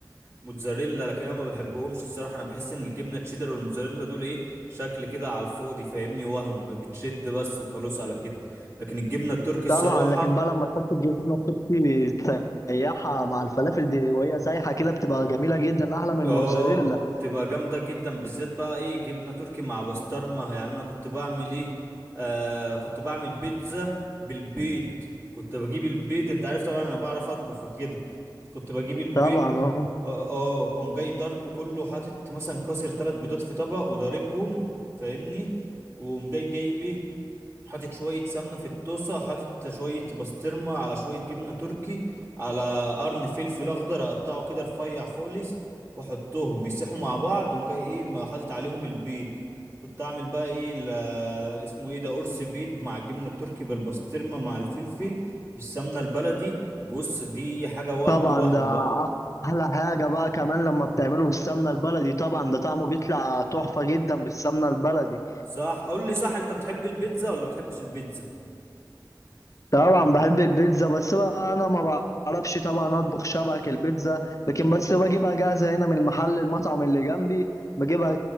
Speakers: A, on the right; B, on the left.
A: موتزاريلا لكن انا ما بحبهمش الصراحه انا بحس ان الجبنه الشيدر والموتزاريلا دول ايه شكل كده على الفاضي فاهمني وهم بتشد بس وخلاص على كده لكن الجبنه التركي الصراحه
B: طبعا لكن بقى لما تحط الجبنه التركي تسيحها مع الفلافل دي وهي سايحه كده بتبقى جميله جدا احلى من الموتزاريلا
A: اه تبقى جامدة جدا بالذات بقى ايه جبنة تركي مع بسطرمة يعني انا كنت بعمل ايه آه كنت بعمل بيتزا بالبيض كنت بجيب البيض انت عارف طبعا انا بعرف اطبخ وكده كنت بجيب البيض
B: طبعا اه
A: اه اه قوم جاي ضربه كله حاطط مثلا كسر ثلاث بيضات في طبق وضاربهم فاهمني وقوم جاي جايب ايه حاطط شوية سمنة في الطاسة حاطط شوية بسطرمة على شوية جبنة تركي على قرن فلفل أخضر أقطعه كده رفيع خالص وأحطهم يسيحوا مع بعض وأقوم جاي إيه م- حاطط عليهم البيض كنت أعمل بقى إيه ال- اسمه إيه ده قرص بيض مع الجبنة التركي بالبسطرمة مع الفلفل بالسمنة البلدي بص دي حاجة وهم
B: طبعا
A: وهم
B: ده
A: بقى
B: احلى حاجه بقى كمان لما بتعمله بالسمنه البلدي طبعا ده طعمه بيطلع تحفه جدا بالسمنه البلدي
A: صح قول لي صح أنت بتحب البيتزا ولا بتحبش البيتزا
B: طبعا بحب البيتزا بس بقى انا ما بعرفش طبعا اطبخ شبك البيتزا لكن بس بجيبها جاهزه هنا من المحل المطعم اللي جنبي بجيبها